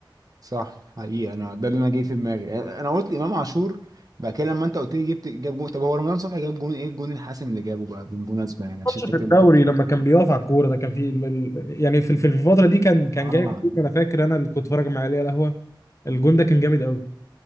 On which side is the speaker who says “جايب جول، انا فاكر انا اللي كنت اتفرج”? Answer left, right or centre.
Left